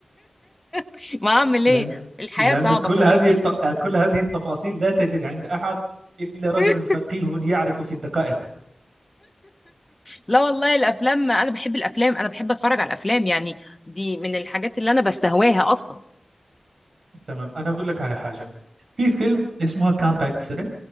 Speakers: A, on the left; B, on the right.
A: <laughs> ما اعمل
B: لأن
A: ايه الحياه
B: لأن
A: صعبه
B: كل
A: صديقي
B: هذه الت- كل هذه التفاصيل لا تجد عند أحد إلا رجل
A: <laughs>
B: فقيه يعرف في الدقائق
A: لا والله الافلام انا بحب الافلام انا بحب اتفرج على الافلام يعني دي من الحاجات اللي انا بستهواها اصلا
B: تمام أنا أقول لك على حاجة في فيلم اسمه كامب اكسيدنت